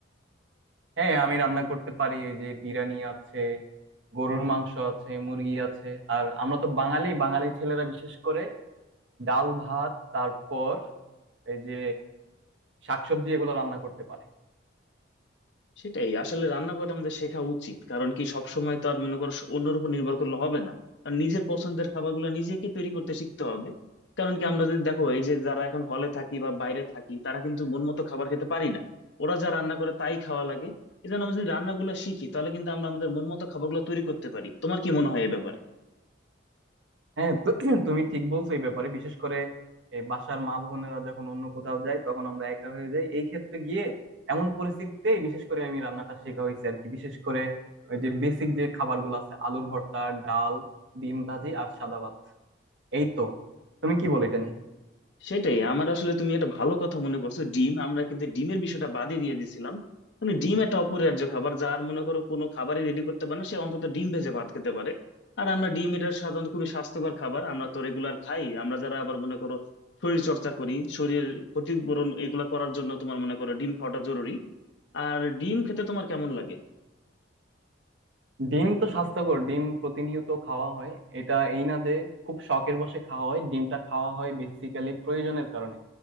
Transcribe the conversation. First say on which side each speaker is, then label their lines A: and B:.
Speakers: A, on the right (about 75°); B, on the left (about 70°).
A: হ্যাঁ আমি রান্না করতে পারি এই যে বিরিয়ানি আছে গরুর মাংস আছে মুরগি আছে আর আমরা তো বাঙালি বাঙালি ছেলেরা বিশেষ করে ডাল ভাত তারপর এই যে শাকসবজি এগুলো রান্না করতে পারে
B: সেটাই আসলে রান্না করা আমাদের শেখা উচিত কারণ কি সবসময় তো আর মনে করো স- অন্যের উপর নির্ভর করলে হবে না আর নিজের পছন্দের খাবারগুলো নিজেকে তৈরি করতে শিখতে হবে কারণ কি আমরা যদি দেখো এই যে যারা এখন হলে থাকি বা বাইরে থাকি তারা কিন্তু মন মতো খাবার খেতে পারি না ওরা যা রান্না করে তাই খাওয়া লাগে এই জন্য আমরা যদি রান্নাগুলো শিখি তাহলে কিন্তু আমরা আমাদের মন মতো খাবারগুলো তৈরি করতে পারি তোমার কি মনে হয় এই ব্যাপারে
A: হ্যাঁ <clears throat> তো তুমি ঠিক বলছো এই ব্যাপারে বিশেষ করে এই বাসার মা বোনেরা যখন অন্য কোথাও যায় তখন আমরা একা হয়ে যাই এই ক্ষেত্রে গিয়ে এমন পরিস্থিতিতে বিশেষ করে আমি রান্নাটা শেখা হয়েছে আর কি বিশেষ করে ওই যে বেসিক যে খাবারগুলো আছে আলুর ভর্তা ডাল ডিম ভাজি আর সাদা ভাত এই তো তুমি কি বলো এটা নিয়ে
B: সেটাই আমার আসলে তুমি একটা ভালো কথা মনে করছো ডিম আমরা কিন্তু ডিমের বিষয়টা বাদই দিয়ে দিছিলাম মানে ডিম একটা অপরিহার্য খাবার যার মনে করো কোনো খাবারই রেডি করতে পারে না সে অন্তত ডিম ভেজে ভাত খেতে পারে আর আমরা ডিম এটা সাধারণত খুবই স্বাস্থ্যকর খাবার আমরা তো রেগুলার খাই আমরা যারা আবার মনে করো শরীর চর্চা করি শরীরের ক্ষতিপূরণ এগুলা করার জন্য তোমার মনে করো ডিম খাওয়াটা জরুরি আর ডিম খেতে তোমার কেমন লাগে
A: ডিম তো স্বাস্থ্যকর ডিম প্রতিনিয়ত খাওয়া হয় এটা এই না যে খুব শখের বশে খাওয়া হয় ডিমটা খাওয়া হয় বেসিক্যালি প্রয়োজনের কারণে